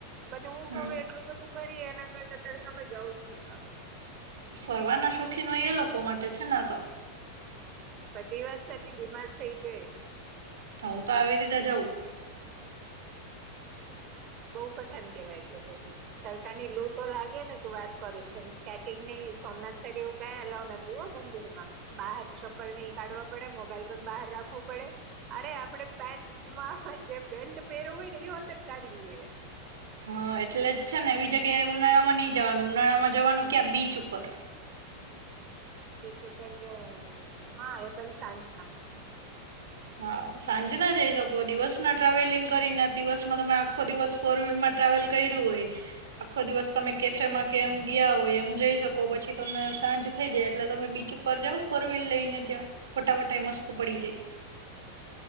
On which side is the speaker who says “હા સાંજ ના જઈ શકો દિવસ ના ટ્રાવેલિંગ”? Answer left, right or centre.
Right